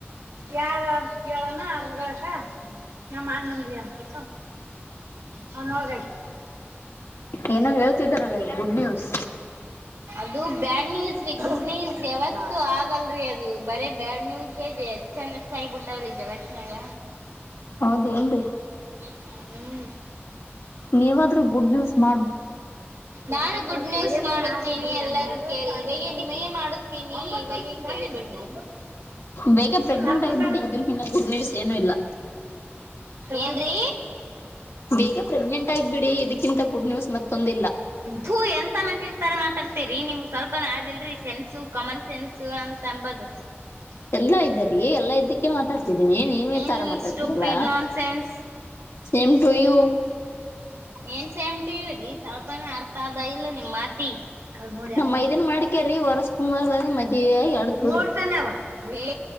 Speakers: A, on the right; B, on the left.
A: ಯಾರ <unintelligible> ಯವನ ಅರುಗತ ನ ಮಾನಂದ ಲ. ಸಣ್ಣವಗೆಷ್ಟ್ಟ.
B: ಏನೋ ಹೇಳ್ತಿದಾರಲ್ಲ ಈ ಗುಡ್ ನ್ಯೂಸ್
A: ಅ <unintelligible> ಇದು ಬ್ಯಾಡ್ ನ್ಯೂಸ್ ರೀ ಗುಡ್ ನ್ಯೂಸ್ ಯಾವತ್ತು ಆಗಲ್ರರಿ ಅದು ಬರ ಬ್ಯಾಡ್ ನ್ಯೂಸ್. ಚೆಂದ ಕಾಯಿಬಿಟ್ಟ ಅವ್ರ ಜಗತನಾಗ್.
B: ಹೌದ ಏನ್ರಿ.
A: ಹ್ಮ್
B: ನೀವಾದ್ರೂ ಗುಡ್ ನ್ಯೂಸ್ ಮಾಡಬ.
A: ನಾನು ಗುಡ್ ನ್ಯೂಸ್ ಮಾಡುತ್ತೀನಿ ಎಲ್ಲರ ಕೇಳಿ ಇವಗೆ ನಿಮಗೆ ಮಾಡುತ್ತೀನಿ ಇವಬಿಟ್ಟು.
B: ಬೇಗ ಪ್ರೆಗ್ನೆಂಟ್
A: ನರ್ಮಂದ.
B: ಆಗ್ಬಿಡಿ ಇದಕ್ಕಿನ್ನ ಗುಡ್ ನ್ಯೂಸ್ ಏನು ಇಲ್ಲ
A: ಏನರೀ?................
B: ಬೇಗ ಪ್ರೆಗ್ನೆಂಟ್ ಆಗ್ಬಿಡಿ ಇದಕ್ಕಿಂತ ಗುಡ್ ನ್ಯೂಸ್ ಮತ್ತೊಂದಿಲ್ಲ
A: ತೋ ಎಂತ ಮಂಲಿ ತರ ಮಾತಾಡ್ತೇರಿ ನಿಮ್ಗ್ ಸ್ವಲ್ಪನ ಆ ಆದಿಲ್ರರಿ ಸೆನ್ಸು ಕಾಮನ್ ಸೆನ್ಸ ಅಂತ ಅಂಬದು. <unintelligible>
B: ಎಲ್ಲಾ ಇದ್ದಾರಿ ಎಲ್ಲಾ ಇದ್ದಕ್ಕೆ ಮಾತಾಡ್ತಿದ್ದೀನಿ ನೀವೇ
A: ಏನ್
B: ತರ ಮಾತಾಡ್ತಿರಲ್ಲ.
A: Stupid nonsense
B: same to you.
A: ಏನ್ ಸೇಮಟಿವವ್ರೀ ಸ್ವಲ್ಪನೇ ಅರ್ಥ ಆದದ ಇಲ್ಲ ನಿಮ್ ಮಾತಿ ಕಾ ನೋಡಿ ಹೆಂಗ
B: ನಮ್ ಮೈದನ್
A: ಮಾಡ್ತಾನ
B: ಮಾಡ್ಕ್ಯರಿ ವರ್ಷ ತುಂಬಾದಾಗ ಮದ್ವಿ ಆಗಿ ಅಡದ್ ಬಿಡ್ರಿ
A: ನೋಡ್ತಾನ ಅವ. ಏ